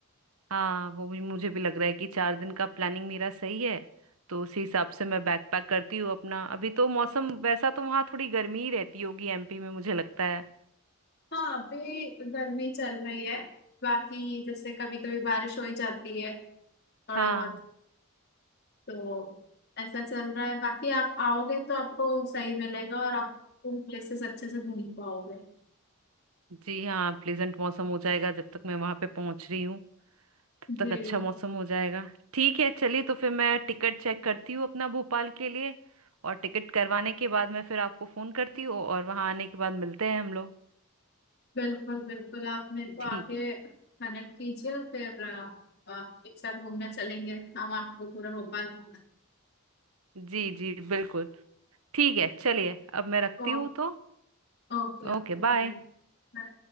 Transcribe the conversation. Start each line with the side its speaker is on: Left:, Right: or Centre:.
Right: हाँ वो भी मुझे भी लग रहा है कि चार दिन का प्लानिंग मेरा सही है तो उसी हिसाब से मैं बैकपैक करती हूँ अपना अभी तो मौसम वैसा तो वहाँ थोड़ी गर्मी ही रहती होगी एमपी में मुझे लगता है
Left: हाँ अभी गर्मी चल रही है बाकी जैसे कभी कभी बारिश हो ही जाती है थोड़ा
Right: हाँ
Left: बहुत तो ऐसा चल रहा है बाकी आप आओगे तो आपको सही मिलेगा और आप उन प्लेसेस अच्छे से घूम पाओगे
Right: जी हाँ प्लेजेंट मौसम हो जाएगा जब तक मैं वहां पे पहुंच रही हूँ तब
Left: जी
Right: तक अच्छा मौसम हो जाएगा ठीक है चलिए तो फिर मैं टिकट चेक करती हूँ अपना भोपाल के लिए और टिकट करवाने के बाद मैं फिर आपको फोन करती हूँ और वहां आने के बाद मिलते हैं हम लोग
Left: बिल्कुल बिल्कुल आप मेरे को
Right: ठीक
Left: आके
Right: है
Left: कनेक्ट कीजिए फिर अ, अ, एक साथ घूमने चलेंगे हम आपको पूरा भोपाल घुमाएं।
Right: जी जी बिल्कुल ठीक है चलिए अब मैं रखती
Left: Oh
Right: हूँ तो
Left: okay okay
Right: Okay bye
Left: बाय